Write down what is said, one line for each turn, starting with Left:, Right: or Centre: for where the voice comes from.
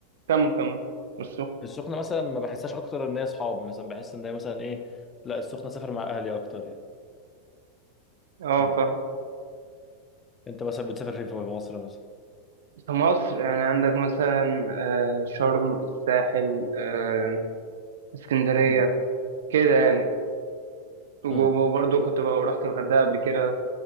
Right: كمل كمل والسخنة
Left: السخنة مثلا ما بحسهاش أكتر إن هي صحاب مثلا بحس إن هي مثلا إيه لا السخنة سافر مع أهلي أكتر يعني
Right: اه
Left: مم.
Right: فاهم
Left: أنت مثلا بتسافر فين في مصر مثلا
Right: في مصر يعني عندك مثلا آه، شرم الساحل آه، اسكندرية
Left: مم.
Right: كده يعني وبرضه
Left: مم.
Right: كنت بقى رحت الغردقة قبل كده